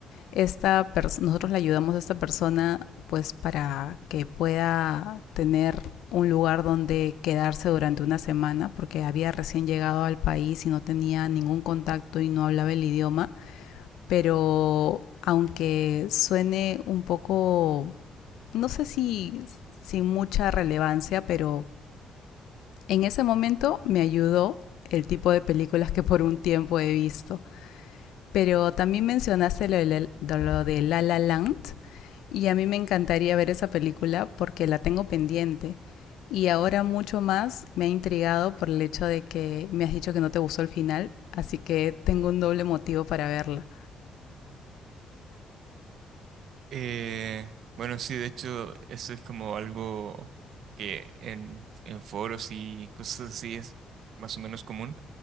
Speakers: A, on the left; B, on the right.
A: Esta nosotros le ayudamos a esta persona pues para que pueda tener un lugar donde quedarse durante una semana porque había recién llegado al país y no tenía ningún contacto y no hablaba el idioma, pero aunque suene un poco, no sé si sin mucha relevancia, pero en ese momento me ayudó el tipo de películas que por un tiempo he visto. Pero también mencionaste lo de, la- lo de La La Land y a mí me encantaría ver esa película porque la tengo pendiente. Y ahora mucho más me ha intrigado por el hecho de que me has dicho que no te gustó el final, así que tengo un doble motivo para verla.
B: Eh, bueno, sí, de hecho, eso es como algo que en, en foros y cosas así es más o menos común,